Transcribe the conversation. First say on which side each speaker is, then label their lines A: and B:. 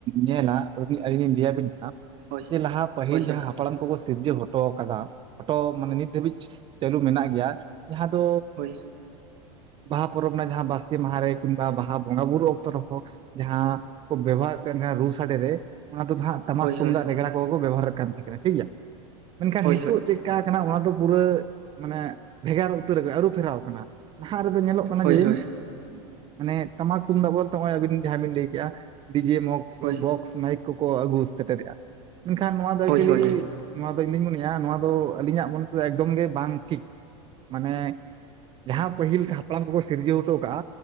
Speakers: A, on the right; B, on the right.
A: ᱧᱮᱞᱟ ᱟᱵᱤᱱ ᱟᱹᱞᱤᱧ ᱞᱤᱧ ᱞᱟᱹᱭ ᱟᱵᱤᱱ ᱠᱟᱱᱟ
B: ᱦᱳᱭ
A: ᱡᱮ ᱞᱟᱦᱟ ᱯᱟᱹᱦᱤᱞ
B: ᱦᱳᱭ
A: ᱡᱟᱦᱟᱸ ᱦᱟᱯᱲᱟᱢ ᱠᱚᱠᱚ ᱥᱤᱨᱡᱟᱹ ᱦᱚ ᱦᱚᱴᱚ ᱟᱠᱟᱫᱟ ᱦᱚᱴᱚ ᱢᱟᱱᱮ ᱱᱤᱛ ᱫᱷᱟᱹᱵᱤᱡ ᱪᱟᱹᱞᱩ ᱢᱮᱱᱟᱜ ᱜᱮᱭᱟ ᱡᱟᱦᱟᱸ ᱫᱚ
B: ᱦᱳᱭ
A: ᱵᱟᱦᱟ ᱯᱚᱨᱚᱵᱽ ᱨᱮᱱᱟᱜ ᱡᱟᱦᱟᱸ ᱵᱟᱥᱠᱮ ᱢᱟᱦᱟ ᱨᱮ ᱠᱤᱢᱵᱟ ᱵᱟᱦᱟ ᱵᱚᱸᱜᱟ ᱵᱩᱨᱩ ᱚᱠᱛᱚ ᱨᱮᱦᱚᱸ ᱡᱟᱦᱟᱸ ᱠᱚ ᱵᱮᱵᱚᱦᱟᱨ ᱠᱟᱱ ᱛᱟᱦᱮᱸ ᱨᱩ ᱥᱟᱰᱮ ᱨᱮ ᱚᱱᱟ ᱫᱚ ᱦᱟᱜ ᱴᱟᱢᱟᱠ
B: ᱦᱳᱭ
A: ᱛᱩᱢᱫᱟᱜ
B: ᱦᱳᱭ
A: ᱨᱮᱜᱽᱲᱟ ᱠᱚ ᱠᱚ ᱵᱮᱵᱚᱦᱟᱨᱮᱫ ᱠᱟᱱ ᱛᱟᱦᱮᱸ ᱠᱟᱱᱟ ᱴᱷᱤᱠ ᱜᱮᱭᱟ ᱢᱮᱱᱠᱷᱟᱱ
B: ᱦᱳᱭ
A: ᱱᱤᱛᱚᱜ
B: ᱦᱳᱭ
A: ᱪᱮᱫ ᱪᱮᱠᱟ ᱠᱟᱱᱟ ᱚᱱᱟ ᱫᱚ ᱯᱩᱨᱟᱹ ᱢᱟᱱᱮ ᱵᱷᱮᱜᱟᱨ ᱩᱛᱟᱹᱨ ᱟᱠᱟᱱᱟ ᱟᱹᱨᱩ ᱯᱷᱮᱨᱟᱣ ᱟᱠᱟᱱᱟ ᱱᱟᱦᱟᱜ ᱨᱮᱫᱚ ᱧᱮᱞᱚᱜ ᱠᱟᱱᱟ
B: ᱦᱳᱭ
A: ᱚᱱᱟ ᱡᱮ
B: ᱦᱳᱭ ᱦᱳᱭ
A: ᱢᱟᱱᱮ ᱴᱟᱢᱟᱠ ᱛᱩᱢᱫᱟᱜ ᱵᱟᱵᱚᱛ ᱟᱵᱤᱱ ᱡᱟᱦᱟᱸ ᱵᱤᱱ ᱞᱟᱹᱭ ᱠᱮᱜᱼᱟ ᱰᱤᱡᱮ ᱢᱚᱜᱽ
B: ᱦᱳᱭ
A: ᱵᱚᱠᱥ ᱢᱟᱭᱤᱠ ᱠᱚᱠᱚ ᱟᱹᱜᱩ ᱥᱮᱴᱮᱨᱮᱜᱼᱟ ᱢᱮᱱᱠᱷᱟᱱ ᱱᱚᱣᱟ ᱫᱚ
B: ᱦᱳᱭ ᱦᱳᱭ
A: ᱮᱠᱪᱩᱭᱮᱞᱤ
B: ᱦᱳᱭ
A: ᱱᱚᱣᱟ ᱫᱚ ᱤᱧ ᱫᱩᱧ ᱢᱚᱱᱮᱭᱟ ᱱᱚᱣᱟ ᱫᱚ ᱟᱹᱞᱤᱧᱟᱜ ᱢᱚᱱᱮ ᱛᱮᱫᱚ ᱮᱠᱫᱚᱢ ᱜᱮ ᱵᱟᱝ ᱴᱷᱤᱠ ᱢᱟᱱᱮ ᱡᱟᱦᱟᱸ ᱯᱟᱹᱦᱤᱞ ᱥᱮ ᱦᱟᱯᱲᱟᱢ ᱠᱚᱠᱚ ᱥᱤᱨᱡᱟᱹᱣ ᱦᱚᱴᱚ ᱠᱟᱜᱼᱟ